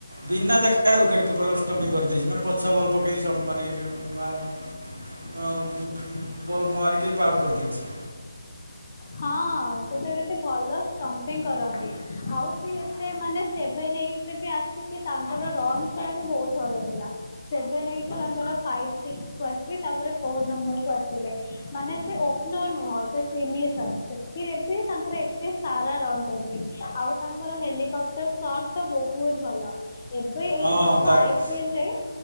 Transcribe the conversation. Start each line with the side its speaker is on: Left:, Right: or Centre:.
Right: ବିନା ଦେଖ ଖା ରେ ୱିକେଟ୍ କିପର ଷ୍ଟମ୍ପିଙ୍ଗ କରିଦେଇଚି ମାନେ ପଛ ବଲ୍ ପକେଇ ସବ୍ ମାନେ ମାମ ମାମ
Left: ଆଚ୍ଛା।
Right: ବଲ ମାରିକି ପାର କରିଦେଇଚି।
Left: ହଁ ସେ ତ ଗୋଟେ ଭଲ ଷ୍ଟମ୍ପିଙ୍ଗ କରନ୍ତି ଆଉ ସିଏ ସେ ମାନେ ସେଭେନ ଏଇଟିରେ ବି ଆସିକି ତାଙ୍କର ରନ ସାରା ବି ବହୁତ ଭଲ ଥିଲା। ସେଭନ ଏଇଟି ତାଙ୍କର ଫାଇଫ ସିକ୍ସ କୁ ଆସି ତାଙ୍କର ଫୋର ନମ୍ବର କୁ ଆସିଲେ ମାନେ ସେ ଓପ <unintelligible> ନୁହ ସେ ତିନି ସାର ସେଥିରେ ବି ତାଙ୍କର ଏତେ ସାରା ରନ୍ କଉଛି ଆଉ ତାଙ୍କର ହେଲିକାପ୍ଟର ସଟ ତ ବହୁତ ଭଲ ଏବେ ଏଇ
Right: ହଁ
Left: ବର୍ଷ
Right: ତା
Left: ଆଇ ରେ <unintelligible>